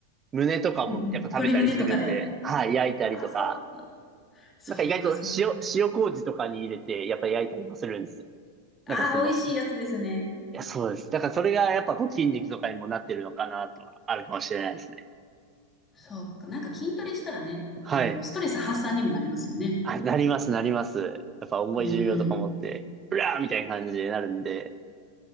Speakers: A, on the right (about 20°); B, on the left (about 20°).
A: 胸とかもやっぱ食べたりするんで、
B: うんうん。鶏胸とかで。
A: はい、焼いたりとか、
B: ああ、そう。そっか、
A: なんか意外と塩、
B: そっか。
A: 塩麹とかに入れて、やっぱ焼いたりもするんです。
B: ああ、
A: なんかその、
B: 美味しいやつですね。
A: いや、そうです。だからそれがやっぱこう筋肉とかにもなってるのかなとはあるかもしれないですね。
B: そっか。なんか筋トレしたらね、
A: はい。
B: あの、ストレス発散にもなりますよね。
A: あ、なります、なります。やっぱ重い重量とか持って、
B: うん。
A: うらーみたいな感じになるんで。